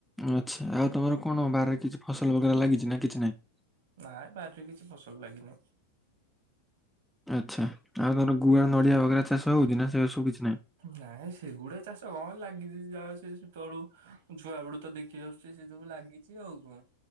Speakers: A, in the centre; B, on the right.
A: ଆଚ୍ଛା ଆଉ ତମର କଣ ବାହାରେ କିଛି ଫସଲ ବଗରା ଲାଗିଛି ନା କିଛି ନାହିଁ?
B: ନାଇଁ ବାରିରେ କିଛି ଫସଲ ଲାଗିନି।
A: ଆଚ୍ଛା ଆଉ ତମର ଗୁଆ, ନଡିଆ ବଗେରା ଚାଷ ହଉଛି ନା ସେରା ସବୁ କିଛି ନାହିଁ?
B: ନାଇଁ ସେଗୁଡା ଚାଷ କଣ ଲାଗିଛି ଯାହା ସେ ସେତେବେଳୁ ଛୁଆବେଳୁ ତ ଦେଖି ଆସ୍ ସେ ସେ ସବୁ ଲାଗିଛି ଆଉ କଣ